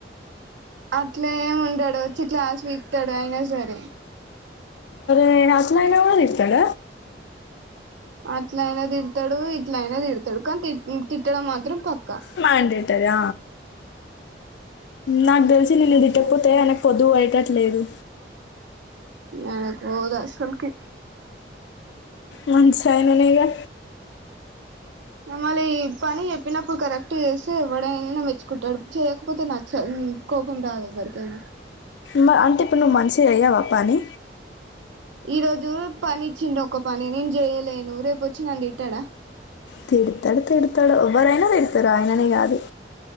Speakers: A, on the right; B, on the left.
A: అట్లే ఏమి ఉండడు వచ్చి క్లాస్ విక్తడు అయినా సరే
B: నే రక్మయినా కూడా తిడతడ
A: అట్ల అయినా తిడతాడు ఇట్ల అయినా తిడతాడు కానీ తి తిట్టడం మాత్రం పక్
B: మన్డేటారీ నక్ తెలిసి నేను
A: అట్లా
B: తిట్టకపోతే అయినాక్ పొదువు వేటట్లేదు
A: అయినాక్ పోదా అసల్కి
B: మంచై ఆయననేగా
A: ఇగ మళ్ళి పని చెప్పినప్పుడు కరెక్ట్ చేస్తె ఎవ్వడైన మెచ్చుకుంటాడు చేయక్పోతే నచ్చదు ఉ కోపం రాదెవ్వరికైన
B: మ అంటే ఇప్పుడు నువ్వు మంచిజెయ్యవా పని
A: ఈరోజు పనిచ్చిండొక పని నేను జెయ్యలేను రేపొచ్చి నన్ను తిట్టడా
B: తిడ్తడు తిడ్తడు ఎవ్వరైనా తిడ్తరు ఆయననే కాదు